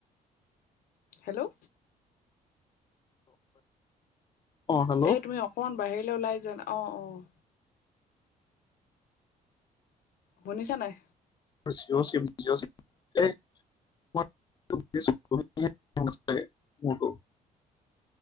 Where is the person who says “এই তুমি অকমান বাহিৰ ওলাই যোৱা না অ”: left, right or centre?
Left